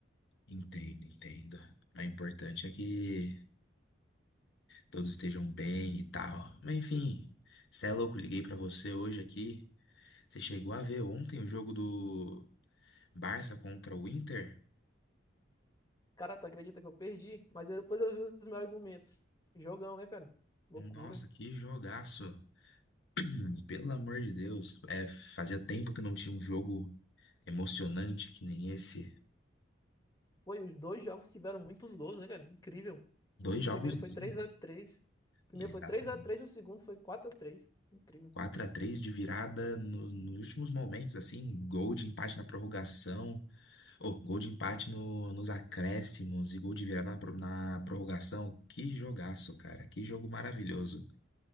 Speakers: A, on the left; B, on the left.
A: Entendo, entendo. Mas O importante é que todos estejam bem e tal. Mas enfim, cê é louco, liguei pra você hoje aqui. Você chegou a ver ontem o jogo do Barça contra o Inter?
B: Cara, tu acredita que eu perdi? Mas eu- depois eu vi os melhores momentos. Jogão, né, cara? Loucura.
A: Nossa, que jogaço! <clears throat> Pelo amor de Deus, é, fazia tempo que não tinha um jogo emocionante que nem esse.
B: Foi, os dois jogos tiveram muitos gols, né, cara? Incrível.
A: Dois
B: O
A: jogos
B: primeiro
A: lindos,
B: foi três a três. O primeiro
A: exatamente.
B: foi três a três e o segundo foi quatro a três. Incrível,
A: quatro a três de virada no- nos últimos momentos, assim, gol de empate na prorrogação, ou gol de empate no- nos acréscimos e gol de virada na, pro- na prorrogação. Que jogaço, cara, que jogo maravilhoso,